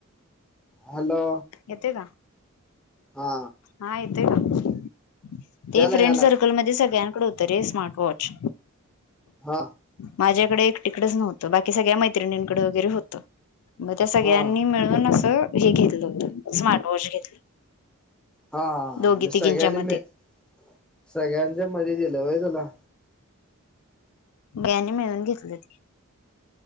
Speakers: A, in the centre; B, on the left (about 80°).
A: हॅलो!
B: येतोय का
A: हा
B: हा येतोय का? ते
A: यालाय
B: फ्रेंड
A: यालाय
B: सर्कलमध्ये सगळ्यांकडे होतं रे स्मार्ट वॉच.
A: हा
B: माझ्याकडे एकटिकडच नवत बाकी सगळ्या मैत्रिणींकडें वगैरे होतं. मग त्या सगळ्यांनी
A: हा हा
B: मिळून असं हे घेतलं होत स्मार्ट वॉच. घेतलं
A: हा हा
B: दोघी
A: म्हणजे
B: तिघींच्या
A: सगळ्यांनी
B: मध्ये.
A: मिळून सगळ्यांच्या मध्ये दिल होय तुला.
B: सगळ्यांनी मिळून घेतलं ते,